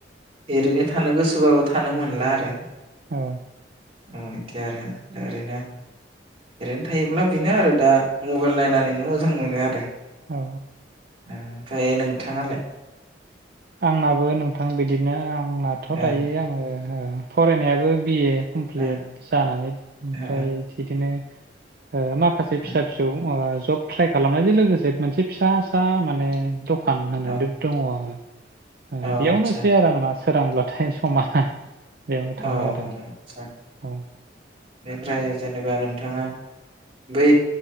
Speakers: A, on the right; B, on the right.
A: ओरैनो थानो गोसोबाबो थानो मोनला आरो
B: औ
A: औ बिदि आरो दा ओरैनो ओरैनो थायोब्ला बेनो आरो दा मबाइल नायनानैनो मोजां मोनो आरो
B: औ
A: ओ ओमफ्राय नोंथाङालाय
B: आंनाबो नोंथां बिदिनो आं आंनाथ
A: ओ
B: दायो आङो फरायनायाबो बिए कमप्लिट
A: ओ
B: जानानै ओमफ्राय
A: ओ
B: बिदिनो ओ माखासे फिसा
A: ओ
B: फिसौ ओ जब ट्राइ खालामनायजों लोगोसे मोनसे फिसा सा माने दखान
A: ओ
B: होनानै
A: औ
B: दङ आङो
A: अ आतसा
B: बेयावनोसै आरो आं ना सोरांब्लाथाय समा बेयावनो थाङो
A: अ आतसा
B: आरो औ
A: बेनिफ्राय जेनेबा नोंथाङा बै